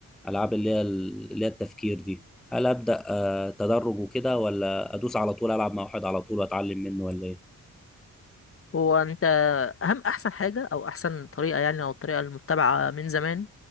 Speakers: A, in the centre; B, on the left.
A: الالعاب اللي هي ال- اللي هي التفكير دي هل ابدا آه، تدرج وكده ولا ادوس على طول العب مع واحد على طول واتعلم منه ولا ايه
B: هو انت اهم احسن حاجه او احسن طريقه يعني او الطريقه المتبعه من زمان